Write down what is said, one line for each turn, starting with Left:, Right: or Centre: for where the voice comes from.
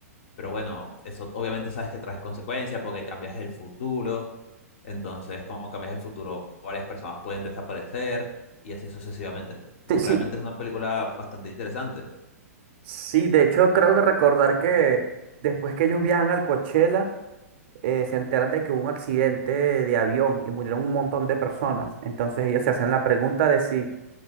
Left: Pero bueno, eso obviamente sabes que trae consecuencias porque cambias el futuro Entonces, como cambias el futuro, varias personas pueden desaparecer y así sucesivamente. Realmente
Right: Sí, sí,
Left: es una película bastante interesante.
Right: sí, de hecho creo que recordar que después que ellos viajan al Coachella, eh, se enteran de que hubo un accidente de avión y murieron un montón de personas. Entonces ellos se hacen la pregunta de si